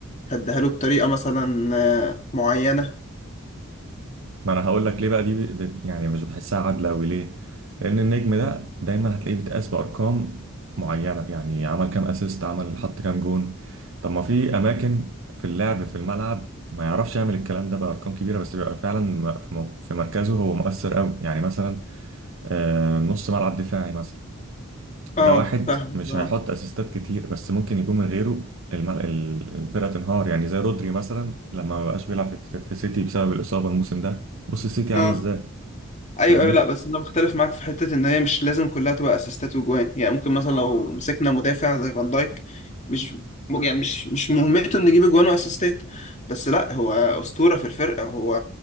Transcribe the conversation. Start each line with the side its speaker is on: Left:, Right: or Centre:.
Left: هديها له بطريقة مثلا آه، معينة
Right: ما انا هقول لك ليه بقى دي بت يعني مش بحسها عادله قوي ليه لان النجم ده دايما هتلاقيه بيتقاس بارقام معينه يعني عمل كام اسيست عمل حط كام جون طب ما في اماكن في اللعب في الملعب ما يعرفش يعمل الكلام ده بارقام كبيره بس بيبقى فعلا م- في مو- في مركزه هو مؤثر قوي يعني مثلا آه، نص ملعب دفاعي مثلا
Left: اه
Right: ده واحد
Left: فاهم
Right: مش
Left: اه
Right: هيحط اسيستات كتير بس ممكن يكون من غيره المل... ال- الفرقه تنهار يعني زي رودري مثلا لما ما بقاش بيلعب في في سيتي بسبب الاصابه الموسم ده بص السيتي
Left: آه.
Right: عامله ازاي
Left: ايوه
Right: فاهمني
Left: ايوه لا بس انا بختلف معاك في حته ان هي مش لازم كلها تبقى اسيستات وجوان يعني ممكن مثلا لو مسكنا مدافع زي فان دايك مش م- يعني مش مش مهمته انه يجيب اجوان واسيستات بس لا هو اسطوره في الفرقه هو